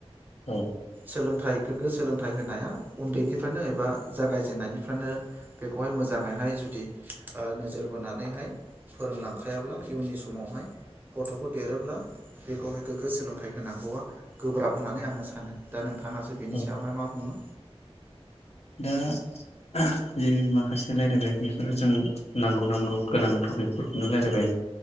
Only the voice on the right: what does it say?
सोलोंथाइ गोग्गो सोलोंथाइ होनाया उन्दैनिफ्रायनो एबा जागायजेननायनिफ्रानो बेखौहाय मोजाङैहाय जुदि ओ नोजोर बोनानैहाय फोरोंलांखायाब्ला इयुननि समावहाय गथ'खौ देरोब्ला बेखौहाय गोग्गो सोलोंथाइ होनांगौआ गोब्राब होननानै आङो सानो दा नोंथाङासो बेनि
सायावहाय मा बुङो?